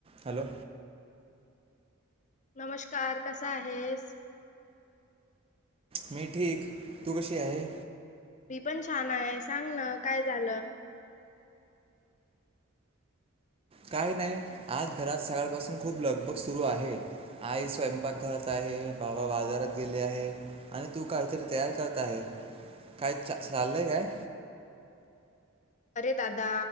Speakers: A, on the right; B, on the left.
A: Hello
B: नमस्कार कसा आहेस?
A: मी ठीक तू कशी आहे?
B: मी पण छान आहे सांग ना काय झालं?
A: काय नाही आज घरात सकाळपासून खूप लगबग सुरू आहे. आई स्वयंपाकघरात आहे बाबा बाजारात गेली आहे. आणि तू काहीतरी तयार करत आहे काय चाललंय काय?
B: अरे दादा